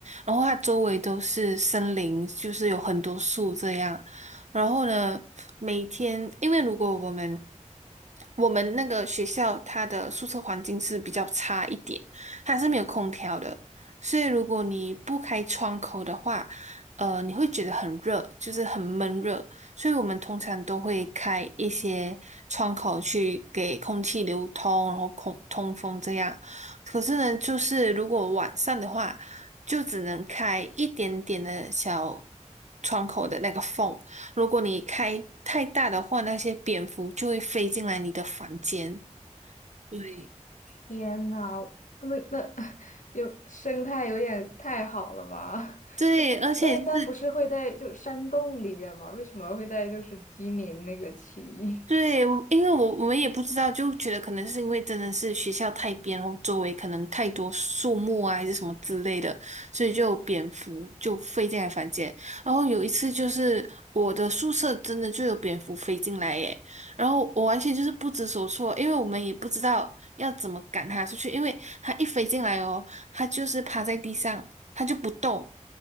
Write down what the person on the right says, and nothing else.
然后它周围都是森林，就是有很多树这样。然后呢，每天因为如果我们我们那个学校它的宿舍环境是比较差一点，它是没有空调的。所以，如果你不开窗口的话，呃，你会觉得很热，就是很闷热，所以我们通常都会开一些窗口去给空气流通，然后空通风这样。可是呢，就是如果晚上的话，就只能开一点点的小窗口的那个缝。如果你开太大的话，那些蝙蝠就会飞进来你的房间。对
对，
而且就是。
对，我因为我我们也不知道，就觉得可能是因为真的是学校太边，然后周围可能太多树木啊，还是什么之类的，所以就有蝙蝠就飞进来房间。然后有一次就是我的宿舍真的就有蝙蝠飞进来耶，然后我完全就是不知所措，因为我们也不知道要怎么赶它出去，因为它一飞进来哦，它就是趴在地上，它就不动。